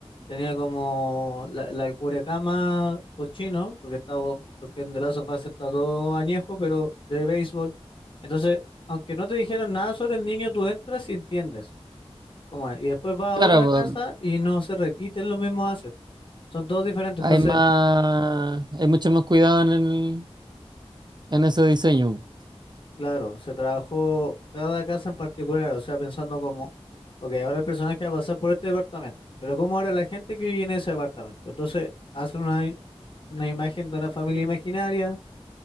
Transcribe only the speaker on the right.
claro,
pues,
hay
más, hay mucho más cuidado en el, en ese diseño.